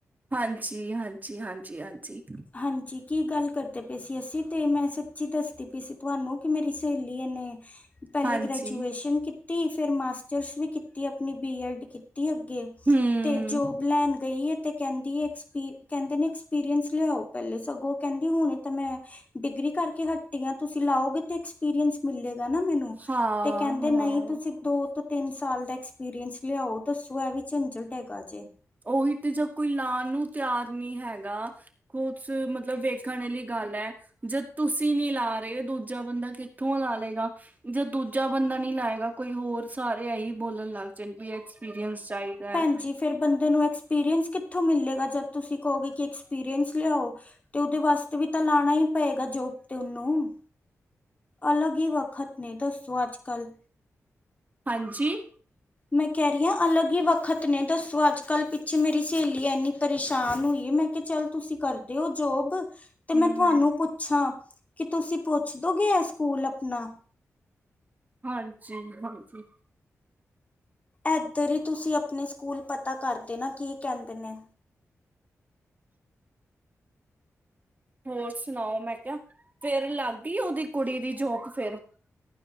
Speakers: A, on the right; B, on the left.
A: ਹਾਂਜੀ-ਹਾਂਜੀ-ਹਾਂਜੀ-ਹਾਂਜੀ,
B: ਹਾਂਜੀ ਕੀ ਗੱਲ ਕਰਦੇ ਪਏ ਸੀ, ਅਸੀਂ ਤੇ ਮੈਂ ਸੱਚੀ ਦੱਸਦੀ ਪਈ ਸੀ ਤੁਹਾਨੂੰ ਕਿ ਮੇਰੀ ਸਹੇਲੀ ਨੇ ਪਹਿਲੇ
A: ਹਾਂਜੀ
B: ਗ੍ਰੈਜੂਏਸ਼ਨ ਕੀਤੀ ਫਿਰ ਮਾਸਟਰਸ ਵੀ ਕੀਤੀ ਆਪਣੀ ਬੀ ਐੱਡ ਕੀਤੀ। ਅੱਗੇ
A: ਹਮ
B: ਤੇ ਜੋਬ ਲੈਣ ਗਈ ਐ। ਤੇ ਕਹਿੰਦੀ ਕਹਿੰਦੇ ਨੇ ਐਕਸਪੀਰੀਅੰਸ ਲਿਆਓ ਪਹਿਲੇ ਸਗੋਂ ਕਹਿੰਦੀ ਹੁਣ ਤਾਂ ਮੈਂ ਡਿਗਰੀ ਕਰਕੇ ਹ ਤੁਸੀਂ ਲਾਓਗੇ ਤੇ ਐਕਸਪੀਰੀਅਸ ਮਿਲੇ। ਨਾ ਮੈਨੂੰ
A: ਹਾਂ
B: ਤੇ ਕਹਿੰਦੇ
A: ਹਾਂ
B: ਨਹੀਂ ਤੁਸੀਂ ਦੋ ਤੋ ਤਿੰਨ ਸਾਲ ਦਾ ਐਕਸਪੀਰੀਅੰਸ ਲਿਆਓ ਦੱਸੋ ਇਹ ਵੀ ਝੰਜਟ ਹੈਗਾ ਜੇ
A: ਉਹੀ ਤੇ ਜਾਂ ਕੋਈ ਲਾ ਨੂੰ ਤਿਆਰ ਨੀ ਹੈਗਾ ਕੁਛ ਮਤਲਬ ਵੇਖਣ ਵਾਲੀ ਗੱਲ ਹੈ ਜਦ ਤੁਸੀਂ ਨੀ ਲਾ ਰਹੇ ਦੂਜਾ ਬੰਦਾ ਕਿੱਥੋਂ ਲਾ ਲਏਗਾ ਜ ਦੂਜਾ ਬੰਦਾ ਨੀ ਲਾਏਗਾ ਕੋਈ ਹੋਰ ਸਾਰੇ ਐਹੀ ਬੋਲਣ ਲੱਗ ਜਾਦੇ ਵੀ ਐਕਸਪੀਰੀਅੰਸ ਚਾਹੀਦਾ
B: ਹਾਂਜੀ ਫ਼ਿਰ ਬੰਦੇ ਨੂੰ ਐਕਸਪੀਰੀੰਸ ਕਿਥੋਂ ਮਿਲੇਗਾ ਜਦ ਤੁਸੀਂ ਕਹੋਗੇ ਕਿ ਐਕਸਪੀਰੀਸ ਲਿਆਓ ਤੇਓਦੇ ਵਾਸਤੇ ਵੀ ਤਾਂ ਲਾਣਾ ਹੀ ਪਏਗਾ ਜੋਬ ਤੇ ਓਨੂੰ ਅਲਗ ਹੀ ਵਖਤ ਨੇ ਦਸੋ ਅੱਜ ਕਲ
A: ਹਾਂਜੀ ਜੀ
B: ਮੈਂ ਕਹਿ ਰਹੀ ਹਾਂ ਅਲੱਗ ਹੀ ਵੱਖਤ ਨੇ ਦੱਸੋ ਅੱਜ ਕੱਲ੍ਹ ਪਿੱਛੇ ਮੇਰੀ ਸਹੇਲੀ ਇੰਨੀ ਪਰੇਸ਼ਾਨ ਹੋਈ ਹੈ ਮੈਂ ਕਿਹਾ ਚੱਲ ਤੁਸੀਂ ਕਰਦੇ ਹੋ ਜੋਬ ਤੇ ਮੈਂ
A: ਹਮ
B: ਤੁਹਾਨੂੰ
A: ਹਮ
B: ਪੁੱਛਾਂ ਕਿ ਤੁਸੀਂ ਪੁੱਛ ਦੋਗੇ ਹੈ ਸਕੂਲ ਆਪਣਾ
A: ਹਾਂਜੀ ਹਾਂਜੀ
B: ਇੱਧਰ ਹੀ ਤੁਸੀਂ ਆਪਣੇ ਸਕੂਲ ਪਤਾ ਕਰਦੇ ਨਾ ਕੀ ਕਹਿੰਦੇ ਨੇ
A: ਹੋਰ ਸੁਣਾਓ ਮੈਂ ਕਿਹਾ ਫੇਰ ਲੱਗ ਗਈ ਉਹਦੀ ਕੁੜੀ ਦੀ ਜੋਕ ਫੇਿਰ